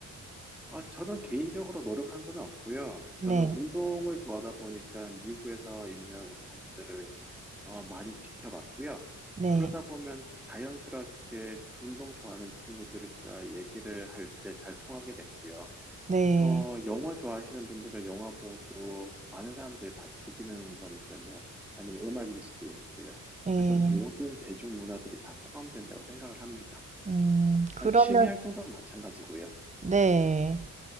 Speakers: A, in the centre; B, on the right (about 20°).
A: 아, 저는 개인적으로 노력한 건 없고요.
B: 네.
A: 저는 운동을 좋아하다 보니까 미국에서 있는 운동들을 어, 많이 지켜봤고요.
B: 네.
A: 그러다 보면 자연스럽게 운동 좋아하는 친구들과 얘기를 할 때 잘 통하게 됐고요.
B: 네.
A: 어, 영화 좋아하시는 분들은 영화 보고 많은 사람들이 다 즐기는 거니까요. 아니면 음악일 수도 있고요.
B: 예.
A: 그래서 모든 대중문화들이 다 포함된다고 생각을 합니다.
B: 음, 그러면
A: 아니, 취미 활동도 마찬가지고요.
B: 네.